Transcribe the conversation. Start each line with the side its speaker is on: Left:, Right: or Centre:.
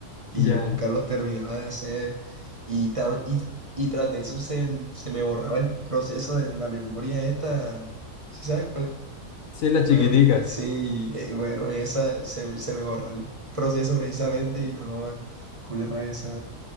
Right: y
Left: Ya.
Right: yo nunca los terminaba de hacer y, ta- y, y tras de eso se, m- se me borraba el proceso de la memoria esta, ¿sí sabes cuál es?
Left: Sí, las chiquiticas.
Right: Bueno, sí, eh, bueno, esa se, me- se me borra el proceso precisamente y no, culé rabia esa.